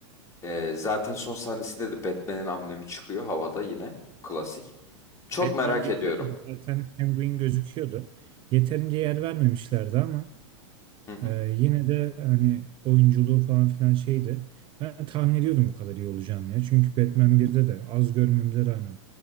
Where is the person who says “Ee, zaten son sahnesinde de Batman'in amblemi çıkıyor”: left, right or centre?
Left